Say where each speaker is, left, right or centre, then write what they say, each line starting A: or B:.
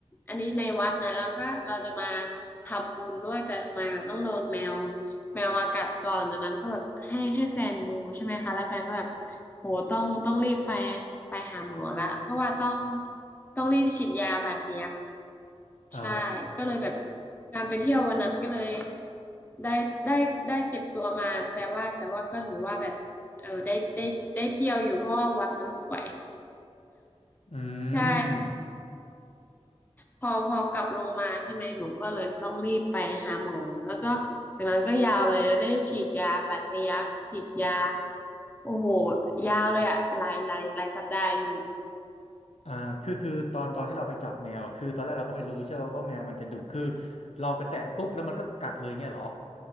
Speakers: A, on the left (about 15°); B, on the left (about 70°).
A: อันนี้ในวัดนะ แล้วก็เราจะมาทำบุญด้วย แต่ทำไมมันต้องโดนแมวแมวมากัดก่อนจากนั้นก็แบบให้ให้แฟนดูใช่ไหมคะ แล้วแฟนก็แบบโหต้องต้องรีบไปไปหาหมอละเพราะว่าต้องต้องรีบฉีดยาบาดทะยัก
B: อ๋อ
A: ใช่ก็เลยแบบการไปเที่ยววันนั้นก็เลยได้ได้ได้เจ็บตัวมาแต่ว่าแต่ว่าก็ถือว่าแบบเออได้ได้ได้เที่ยวอยู่เพราะว่าวัดมันสวย
B: อืม
A: ใช่พอพอกลับลงมาใช่ไหมหนูก็เลยต้องรีบไปหาหมอแล้วก็จากนั้นก็ยาวเลยแล้วได้ฉีดยาบาดทะยักฉีดยาโอ้โหยาวเลยอะหลายหลายหลายสัปดาห์อยู่
B: อ่าคือคือตอนตอนที่เราไปจับแมวอะคือตอนแรกเราก็ไม่รู้ใช่ไหมว่าแมวมันจะดุคือเราไปแตะปุ๊บแล้วมันก็กัดเลยเงี้ยเหรอ